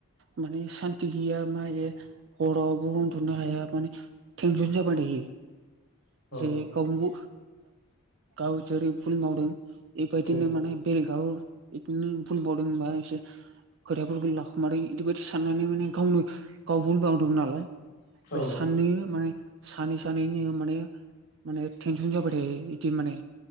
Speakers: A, on the right; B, on the left.
A: माने सान्थि गैया मायो हरावबो उन्दुनो हाया माने टेनसन जाबाय थायो।
B: औ
A: जे <unintelligible> गाव गाव जेरै भुल मावदों बिदिनो
B: औ
A: माने <unintelligible> एसे खोथाफोरखौ लाखुमादों इदिबायदि साननानै माने गावनो गाव बुंबांदों नालाय
B: औ
A: बै साननि माने सानै सानै नो माने माने थेनसन जाबाय थायो इदि माने।